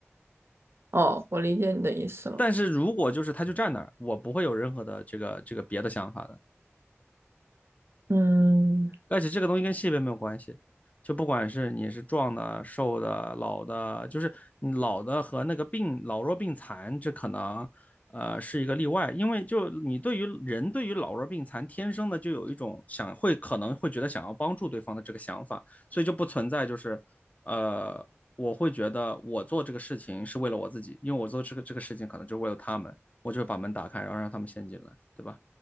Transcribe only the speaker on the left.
但是如果就是他就站那儿，我不会有任何的这个这个别的想法的。
而且这个东西跟性别没有关系，就不管是你是壮的、瘦的、老的，就是你老的和那个病老弱病残，这可能呃是一个例外，因为就你对于人对于老弱病残天生的就有一种想会可能会觉得想要帮助对方的这个想法，所以就不存在就是呃我会觉得我做这个事情是为了我自己，因为我做这个这个事情可能就是为了他们，我就把门打开，然后让他们先进来，对吧？